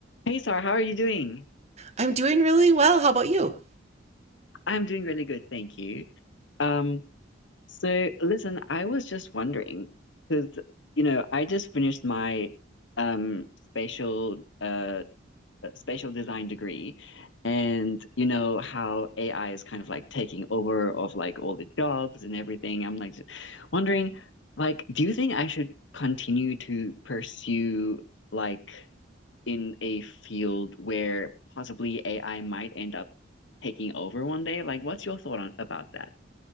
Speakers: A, on the left (about 70°); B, on the right (about 35°).
A: Hey Sarah, how are you doing?
B: I'm doing really well. How about you?
A: I'm doing really good, thank you. Um, so listen, I was just wondering, because you know, I just finished my um spatial uh uh, spatial design degree, and you know how AI is kind of like taking over of like all the jobs and everything. I'm like just wondering, like, do you think I should continue to pursue like in a field where possibly AI might end up taking over one day? Like, what's your thought on about that?